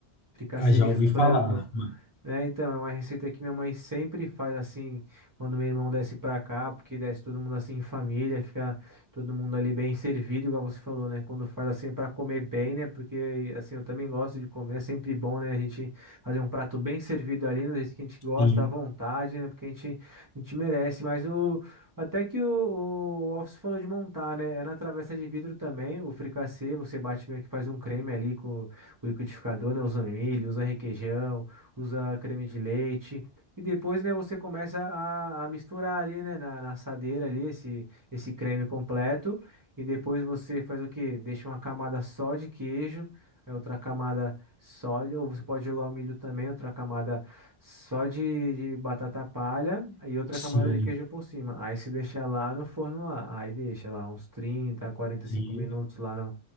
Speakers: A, on the right; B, on the left.
A: Fricassê
B: Ah, já
A: de
B: ouvi
A: frango.
B: falar. ma-
A: É, então, é uma receita que minha mãe sempre faz assim, quando meu irmão desce pra cá, porque desce todo mundo assim em família, fica todo mundo ali bem servido, igual você falou, né? Quando faz assim pra comer bem, né? Porque assim, eu também gosto de comer, é sempre bom, né? A gente fazer um prato bem servido ali, né? Do jeito que a gente gosta,
B: Sim,
A: à vontade, né? Porque a gente, a gente merece. Mas o até que o, o Alves falou de montar, né? É na travessa de vidro também, o fricassê, você bate meio que faz um creme ali com, com o liquidificador, né? Usa um milho, usa requeijão usa creme de leite. E depois, né, você começa a, a misturar ali, né, na, na assadeira ali, esse, esse creme completo. E depois você faz o quê? Deixa uma camada só de queijo, aí outra camada só de, ou você pode jogar o milho também, outra camada só de, de batata palha e outra
B: sim,
A: camada de queijo por cima. Aí se deixa lá no forno lá, aí deixa lá uns trinta quarenta
B: sim.
A: e cinco minutos lá no,